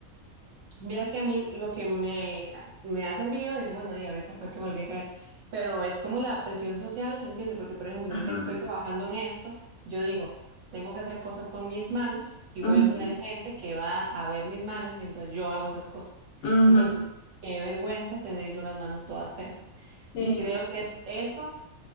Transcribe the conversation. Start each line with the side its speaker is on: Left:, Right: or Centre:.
Right: Vieras que a mí lo que me, me ha servido, y bueno, y ahorita fue que volví a caer, pero es como la presión social, ¿entiendes? Porque, por ejemplo,
Left: Ajá.
Right: ahorita que estoy trabajando en esto, yo digo, tengo que hacer cosas con mis manos y voy
Left: Ujú,
Right: a tener gente que va a ver mis manos mientras yo hago esas cosas.
Left: ujú,
Right: Entonces, qué vergüenza tener yo las manos todas feas.
Left: sí,
Right: Y creo que es eso,